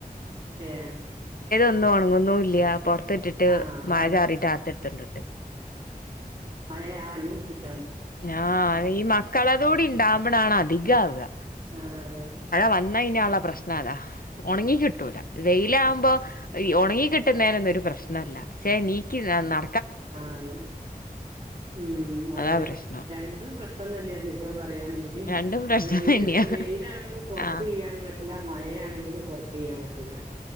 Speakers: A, on the right; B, on the left.
A: ഏഹ്
B: ഉണകുന്നുമില്ല മുറ്റത്തിട്ട്
A: ആഹ്
B: മഴ ആറീട്ട് അകത്ത് എടുത്തോണ്ടിട്ടു
A: <unintelligible>
B: <unintelligible> ഈ മക്കളതൂടി ഉണ്ടാകുമ്പതാണ് അധികമാവുക മഴ
A: ആഹ് അതെ
B: വന്ന് മഴ വന്നാലുള്ള പ്രശ്നം അതാ ഒണങ്ങി കിട്ടൂല വെയിലാകുമ്പോ ഒണങ്ങി കിട്ടുന്നേനൊന്നും ഒരു പ്രശ്നമി പ്രശ്നമല്ല
A: അതെ ഉം അതെ
B: അതാ പ്രശ്നം
A: രണ്ടും പ്രശ്നം തന്നെയാരിക്കും ചുരുക്കം പറഞ്ഞാൽ <unintelligible>
B: രണ്ടും പ്രശ്നം തന്നെയാ
A: വെയിലാണെങ്കിൽ പുറത്ത്
B: ആഹ്
A: ചെയ്യാനും പറ്റില്ല മഴയാണെങ്കിലും പുറത്ത് ചെയ്യാൻ പറ്റില്ല